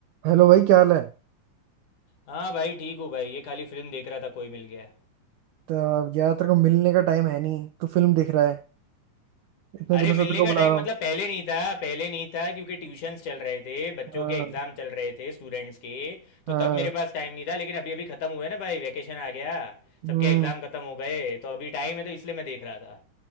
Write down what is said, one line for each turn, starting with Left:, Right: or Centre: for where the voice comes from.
Right: Hello भाई क्या हाल है
Left: हाँ भाई ठीक हूँ भाई ये खाली फिल्म देख रहा था कोई मिल गया
Right: तो यार तेरे को मिलने का टाइम है नहीं तू फिल्म देख रहा है इतने
Left: अरे
Right: दिनों
Left: मिलने
Right: से तेरे को
Left: का
Right: बुला
Left: टाइम
Right: रहा हूँ
Left: मतलब पहले नहीं था पहले नहीं था क्योंकि ट्यूशन्स चल रहे थे बच्चों
Right: हाँ
Left: के एग्जाम चल रहे थे स्टूडेंट्स के तो
Right: हाँ
Left: तब मेरे पास टाइम नहीं था लेकिन अभी अभी खत्म हुआ है ना भाई वैकेशन आ गया
Right: हम्म
Left: सबके एग्जाम खत्म हो गए तो अभी टाइम है तो इसलिए मैं देख रहा था